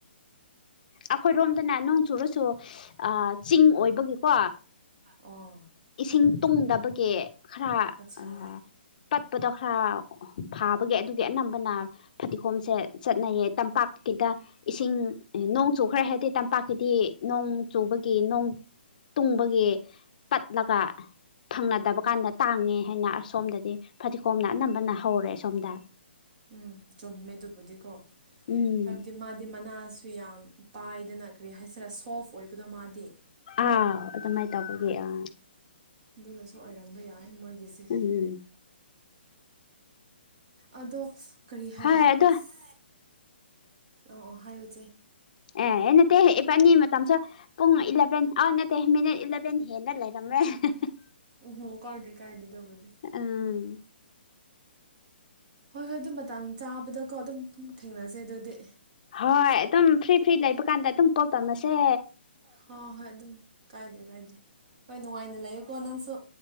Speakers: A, on the left; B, on the right.
A: ꯑꯩꯈꯣꯏꯔꯣꯝꯗꯅ ꯅꯣꯡ ꯆꯨꯔꯁꯨ ꯑꯥ ꯆꯤꯡ ꯑꯣꯏꯕꯒꯤꯀꯣ꯫
B: ꯑꯣ
A: ꯏꯁꯤꯡ ꯇꯨꯡꯗꯕꯒꯤ ꯈꯔ
B: ꯑꯠꯆꯥ
A: ꯑꯥ ꯄꯗꯣ ꯈꯔ ꯐꯥꯕꯒꯤ ꯑꯗꯨꯒꯤ ꯑꯅꯝꯕꯅ ꯐꯗꯤꯒꯣꯝꯁꯦ ꯆꯠꯅꯩꯌꯦ ꯇꯝꯄꯥꯛꯀꯤꯗ ꯏꯁꯤꯡꯅꯣꯡ ꯆꯨꯈ꯭ꯔꯦ ꯍꯥꯏꯗꯤ ꯇꯝꯄꯥꯛꯀꯤꯗꯤ ꯅꯣꯡ ꯆꯨꯕꯒꯤ ꯅꯣꯡ ꯇꯨꯡꯕꯒꯤ ꯄꯠꯂꯒ꯫ ꯐꯪꯅꯗꯕ ꯀꯥꯟꯗ ꯇꯥꯡꯉꯦ ꯍꯥꯏꯅ ꯑꯁꯣꯝꯗꯗꯤ ꯐꯗꯤꯒꯣꯝꯅ ꯑꯅꯝꯕꯅ ꯍꯧꯔꯦ ꯑꯁꯣꯝꯗ
B: ꯎꯝ ꯆꯨꯝꯃꯦ ꯑꯗꯨꯕꯨꯗꯤꯀꯣ
A: ꯎꯝ꯫
B: ꯍꯥꯏꯕꯗꯤ ꯃꯥꯗꯤ ꯃꯅꯥꯁꯨ ꯌꯥꯝ ꯄꯥꯏꯗꯅ ꯀꯔꯤ ꯍꯥꯏꯁꯤꯔ ꯁꯣꯐ ꯑꯣꯏꯕꯗꯣ ꯃꯥꯗꯤ
A: ꯑꯥꯎ ꯑꯗꯨꯃꯥꯏꯅ ꯇꯧꯕꯒꯤ ꯑꯥ
B: ꯑꯗꯨꯅꯁꯨ ꯑꯣꯏꯔꯝꯕ ꯌꯥꯏ ꯃꯣꯏꯒꯤꯁꯤ꯫
A: ꯎꯝ ꯎꯝ
B: ꯑꯗꯣ꯫ ꯀꯔꯤ ꯍꯥꯏꯕ
A: ꯍꯣꯏ ꯑꯗꯣ
B: ꯑ꯭ꯁ꯫ ꯑꯣ ꯑꯣ ꯍꯥꯏꯌꯨ ꯢꯆꯦ꯫
A: ꯑꯦ ꯅꯠꯇꯦ ꯐꯅꯤ ꯃꯇꯝꯁꯨ ꯄꯨꯡ ꯏꯂꯚꯦꯟ ꯑꯦ ꯅꯠꯇꯦ ꯃꯤꯅꯤꯠ ꯏꯂꯚꯦꯟ ꯍꯦꯟꯅ ꯂꯩꯔꯝꯃꯦ꯫ <unintelligible>
B: ꯎ ꯍꯣ ꯀꯗꯦ ꯀꯥꯏꯗꯗꯕꯗꯤꯦ
A: ꯎꯝ
B: ꯍꯣꯏ ꯍꯣꯏ ꯑꯗꯨꯝ ꯃꯇ ꯆꯥꯕꯗꯀꯣ ꯑꯗꯨꯝꯝ ꯊꯦꯡꯅꯁꯦ ꯑꯗꯨꯗꯤ
A: ꯍꯣꯏ ꯑꯗꯨꯝ ꯐ꯭ꯔꯤ ꯐ꯭ꯔꯤ ꯂꯩꯕ ꯀꯥꯟꯗ ꯑꯗꯨꯝ ꯀꯣꯛ ꯇꯝꯃꯁꯦ
B: ꯍ ꯍꯣꯏ ꯑꯗꯨꯝ ꯀꯥꯏꯗꯦ ꯀꯥꯏꯗꯦ ꯍꯣꯏ ꯅꯨꯡꯉꯥꯏꯅ ꯂꯩꯌꯦꯀꯣ ꯅꯪꯁꯨ